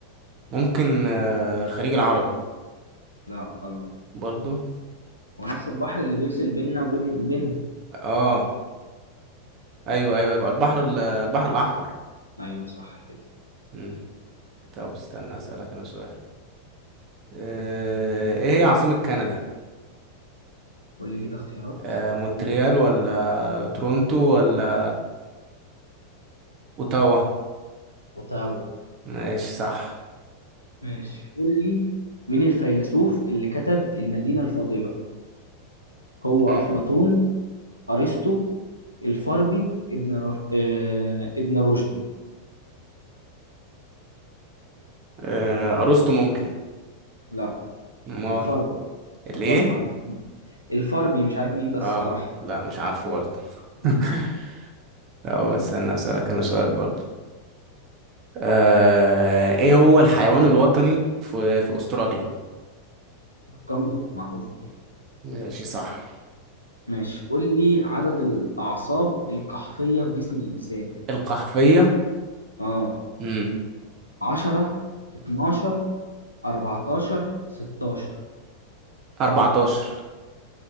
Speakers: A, on the right; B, on the left.
A: ممكن آه، الخليج العربي
B: لا غلط
A: برضو
B: هو نفس البحر اللي بيفصل بيننا وبين بينهم
A: اه ايوه ايوه يبقى البحر ال- البحر الاحمر
B: أيوه صح كده
A: مم. طب استنى اسألك انا سؤال آه، ايه هي عاصمة كندا
B: قول لي كده اختيارات
A: آه، مونتريال ولا تورونتو ولا اوتاوا
B: اوتاوا
A: ماشي صح
B: ماشي قول لي مين الفيلسوف اللي كتب المدينة الفاضلة هو
A: مم.
B: أفلاطون ارسطو الفاربي ابن رش... آه... ابن رشد
A: آه، ارسطو ممكن
B: لا
A: امال
B: الفاربي
A: الايه
B: الفاربي معرفة. الفاربي مش عارف مين ده
A: اه
B: الصراحة
A: لا مش عارفه برضه <laughs>
B: امم
A: طب استنى اسألك انا سؤال برضه آه، ايه هو الحيوان الوطني في في استراليا
B: الكنغر معروفة دي
A: ماشي صح
B: ماشي قول لي عدد الأعصاب القحفية في جسم الإنسان
A: القحفية
B: اه
A: امم
B: 10 12 14 16
A: 14